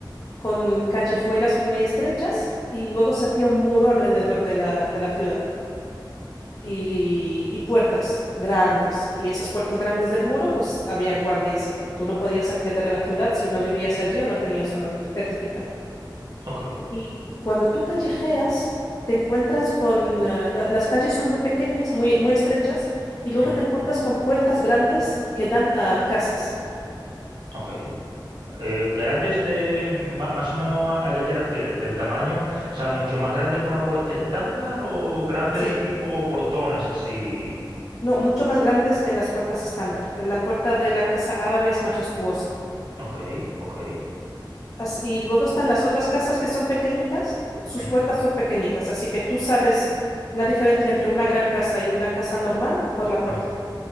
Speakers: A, on the left; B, on the right.
A: con callejuelas muy estrechas y luego se hacía un muro alrededor de la, de la ciudad. y, y puertas grandes. Y esas puertas grandes del muro, pues había guardias y tal. Tú no podías acceder a la ciudad si no vivías allí o no tenías un certificado.
B: ok,
A: Y cuando tú callejeas, te encuentras con... eh, la- las calles son muy pequeñas, muy, muy estrechas, y luego
B: ujú,
A: te encuentras con puertas grandes que dan a casas.
B: ok. Eh, ¿grandes de ma- más o menos a, a qué te refieres? ¿Del tamaño? O sea, mucho más grande que una puerta estándar o grandes
A: Sí.
B: tipo portones así?
A: No, mucho más grandes que las puertas estándar. La puerta de la casa árabe es majestuosa.
B: Ok, ok.
A: As- Y luego están las otras casas que son pequeñitas, sus
B: ujú,
A: puertas son pequeñitas, así que tú sabes la diferencia entre una gran casa y una casa normal por la
B: ujú.
A: puerta.